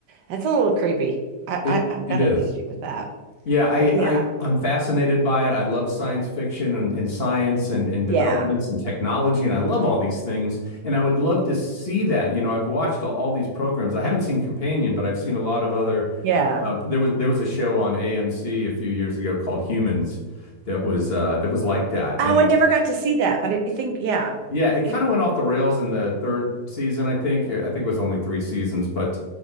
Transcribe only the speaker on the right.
that's a little creepy. I,
I I've
got
an issue with that.
But yeah,
yeah,
yeah.
Oh,
I never got to see that, but I think yeah,
it,